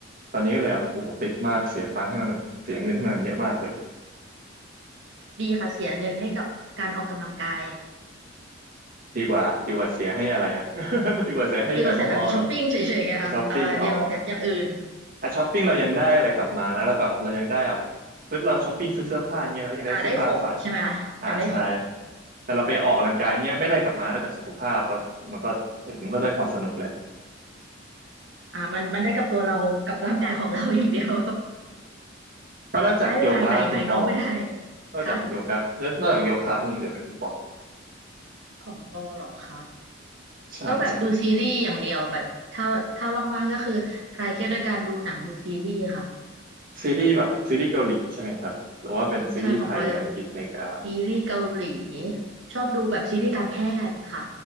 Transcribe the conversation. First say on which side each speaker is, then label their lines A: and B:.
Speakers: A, on the right; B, on the right.
A: ตอนนี้ก็เลยแบบโอ้โหติดมากเสียตังค์ให้มันเสียเงินให้มันเยอะมากเลย
B: ดีค่ะเสียเงินให้กับการออกกำลังกาย
A: ดีกว่าดีกว่าเสียให้อะไรอ่ะ <laughs> ดีกว่าเสียให้แอลกอฮอล์เหรอ
B: ดีกว่าเสียแบบช้อปปิ้งเฉยๆไงคะอ่าดีกว่าเสียอย่างอื่น
A: อ่ะช้อปปิ้งอ๋ออ่ะช้อปปิ้งเรายังได้อะไรกลับมานะแล้วแบบเรายังได้แบบเพื่เราช้อปปิ้งซื้อเสื้อผ้าอย่างเงี้ยเรายังได้เสื้อผ้าใส่
B: อ่าได้ของใช่ไหมคะ
A: อ่าใช่
B: ยังได้ของ
A: แต่เราไปออกกำลังกายเงี้ยไม่ได้กลับมานอกจากสุขภาพแล้วมันก็เออมันก็ได้ความสนุกแหละ
B: อ่ามันมันได้กับตัวเรากับร่างกายของเรา <laughs> อย่างเดียว
A: แล้วนอกจากโยคะคุณปอ
B: <laughs> ได้ภายในภายนอกไม่ได้
A: นอกจากโยคะแล้วนอกจากโยคะมีอย่างอื่นไหมคุณปอ
B: ค่ะของปอเหรอคะ
A: ใช่ใช่
B: ก็แบบดูซีรีส์อย่างเดียวแบบถ้าถ้าว่างๆก็คือคลายเครียดด้วยการดูหนังดูซีรีส์ค่ะ
A: ซีรีส์แบบซีรีส์เกาหลีใช่ไหมครับหรือว่าเป็นซีรีส์ไทยอังกฤษอเมริกา
B: ใช่ของปอจะซีรีส์เกาหลีชอบดูแบบซีรีส์การแพทย์ค่ะ